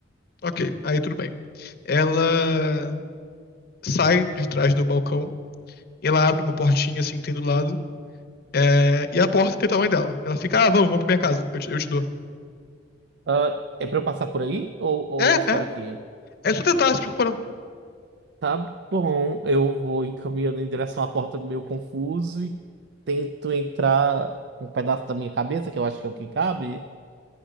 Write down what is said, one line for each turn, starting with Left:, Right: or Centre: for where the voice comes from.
Left: Ok, aí tudo bem. Ela sai de trás do balcão, e ela abre uma portinha assim que tem do lado, é, e a porta tem o tamanho dela. Ela fica, ah, vamos, vamos pra minha casa, eu te, eu te dou.
Right: Ah, é pra eu passar por aí ou, ou
Left: É,
Right: eu espero
Left: é,
Right: aqui?
Left: é só tentar, se preocupa não.
Right: Tá bom, eu vou encaminhando em direção à porta meio confuso e tento entrar com um pedaço da minha cabeça, que eu acho que é o que cabe.